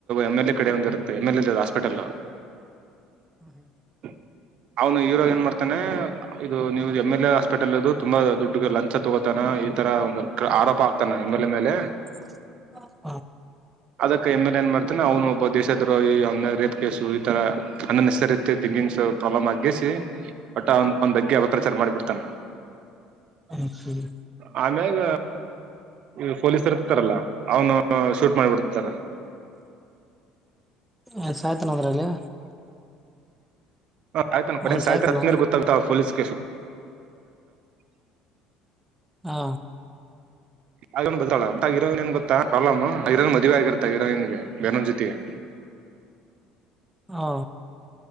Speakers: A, on the right; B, in the centre.
A: ಎಮ್ ಎಲ್ ಎ ಕಡೆ ಒಂದಿರುತ್ತೆ ಎಂ ಎಲ್ ಎ ಹಾಸ್ಪಿಟಲ್
B: ಹ್ಮ ಹಾ
A: ಹ <unintelligible> ಅವನು ಹೀರೋ ಏನ್ ಮಾಡ್ತಾನೆ ಇದು ನೀವು ಎಮಂ ಎಲ್ ಎ ಹಾಸ್ಪೆಟಲ್ ಇದು ತುಂಬಾ ದುಡ್ಡು ಲಂಚ ತಗೋತಾನ ಈ ತರ ಒಂದು ಆರೋಪ ಹಾಕ್ತಾನೆ ಎಂ ಎಲ್ ಏ ಮೇಲೆ
B: <unintelligible>
A: ಅದಕ್ಕೆ ಎಮ್ ಎಲ್ ಏನ್ ಮಾಡ್ತಾನೆ ಅವನು ಒಬ್ಬ ದೇಶದ್ರೋಹಿ ಅವನ ಮ್ಯಾಗ ರೇಪ್ ಕೇಸು ಈ ತರ ಅನ್ನೆಸಸಸರಿ ಥಿಂಕಿಂಗ್ಸ್ ಪ್ರಾಬ್ಲಮ್ ಆಗಿಸಿ ಒಟ್ಟ ಅವ್ನ್ ಅವ್ನಬಗ್ಗೆ ಅಪ್ರಚಾರ ಮಾಡಿಬಿಡ್ತನ <unintelligible>
B: ಹಾ ಸರಿ
A: ಆಮೆಗ ಈ ಪೊಲೀಸರು ಇರ್ತಾರಲ್ಲ ಅವನು ಶೂಟ್ ಮಾಡಿಬಿಡ್ತತಾರ. <inaudible>
B: ಏನ್ ಸಾಯ್ತನ ಅದ್ರಲ್ಲಿ?
A: ಹ ಸಾಯ್ತನ್ ಕೊನೆ
B: ಅವನ್
A: ಸಾಯ್ತಾನ್
B: ಸಾಯ್ತಾನ
A: ಕ್ಲಿಯರ್ ಗೊತ್ತಾಗತಾವ ಪೋಲೀಸ್ <unintelligible>
B: ಹಾ
A: ಹಂತ ಹೀರೋಯಿನ್ ಏನ್ ಗೊತಾ ಪ್ರಾಬ್ಲೆಮ್ ಹೀರೋಯಿನ್ ಮದುವೆ ಆಗಿರುತೆ ಹೀರೋಯಿನ್ಗೆ ಬೇರನ್ ಜೊತಿ <inaudible>
B: ಹಾ